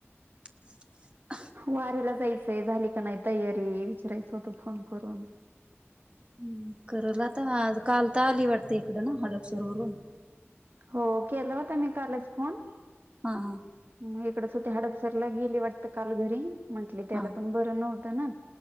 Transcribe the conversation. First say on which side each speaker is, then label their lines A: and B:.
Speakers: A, on the right (about 25°); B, on the right (about 45°).
A: <unintelligible>
B: वारीला जायचे झाले का नाही तयारी विचारायचं होतं फोन करून
A: हम करल आता काल तर आली वाटते इकडं ना हडपसर वरून
B: हो, केला होता मी कालच फोन
A: हा हा.
B: मग इकडच होते हाडपसरला गेले वाटत काल घरी म्हटले त्याला
A: हा
B: पण बरं नव्हतं ना